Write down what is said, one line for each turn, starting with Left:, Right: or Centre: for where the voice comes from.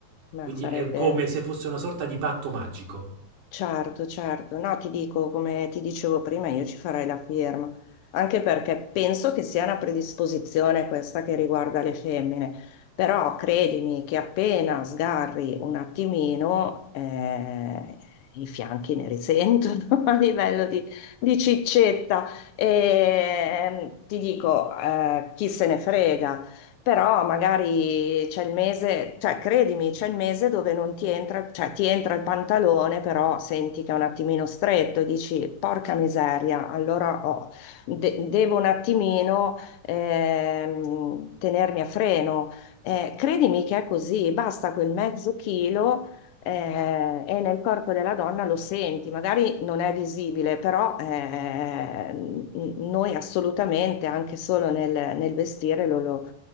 Left: ma
Right: Quindi
Left: sarebbe...
Right: è come se fosse una sorta di patto magico.
Left: Certo, certo. No, ti dico, come ti dicevo prima, io ci farei la firma, anche perché penso che sia una predisposizione questa che riguarda le femmine, però credimi che appena sgarri un attimino, eh, i fianchi ne risentono <laughs> a livello di, di ciccetta. E, ehm, ti dico, eh, chi se ne frega, però magari c'è il mese, cioè credimi, c'è il mese dove non ti entra, cioè ti entra il pantalone, però senti che è un attimino stretto, e dici porca miseria, allora ho- de- devo un attimino ehm, tenermi a freno. Eh, credimi che è così, basta quel mezzo chilo. eh, e nel corpo della donna lo senti, magari non è visibile, però eh, n- noi assolutamente, anche solo nel, nel vestire, lo, lo-